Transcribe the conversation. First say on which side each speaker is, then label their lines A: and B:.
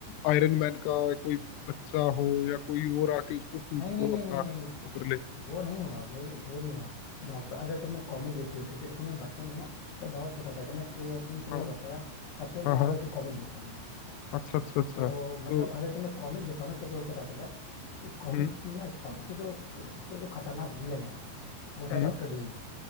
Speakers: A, on the left; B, on the left.
A: आयरन मैन का कोई बच्चा हो या कोई और आके उसको सूट
B: नहीं नहीं
A: को
B: नहीं
A: अपना
B: नहीं
A: वो
B: नहीं नहीं
A: कर ले
B: वो नहीं होगा वो वो नहीं होगा डॉक्टर अगर तुमने कॉमिक देखी हो क्योंकि देखो मैं बचपन में ना जब बहुत छोटा था जब मैं टू टू थ्री
A: हाँ
B: में पढ़ता था तब से
A: हाँ
B: मार्वल
A: हाँ
B: की कॉमिक देखता हूँ
A: अच्छा अच्छा अच्छा
B: तो
A: तो
B: मतलब अगर तुमने कॉमिक देखा हो ना तो तुम्हें पता चलेगा कि कॉमिक
A: हम्म
B: में ना सबसे जो सबसे जो खतरनाक विलन है वो
A: हम्म
B: था डॉक्टर डूम